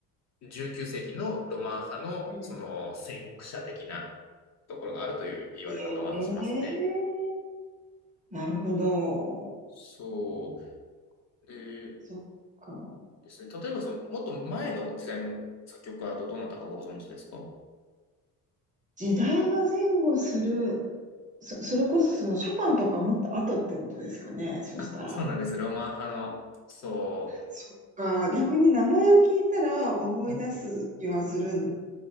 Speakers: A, on the left; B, on the right.
A: 19世紀のロマン派の、
B: ん。
A: その、先駆者的なところがあるという言われ方はしますね。
B: ええなるほど。
A: そう。で、
B: そっか。
A: ですね。例えばその、もっと前の時代の作曲家だとどなたかご存知ですか
B: 時代が前後する、そ、それこそそのショパンとかもっと後ってことですかね、そしたら。
A: あ、そうなんです。ロマン派の、そ
B: そっか、逆に名前を聞いたら思い出す気はする
A: う。うん、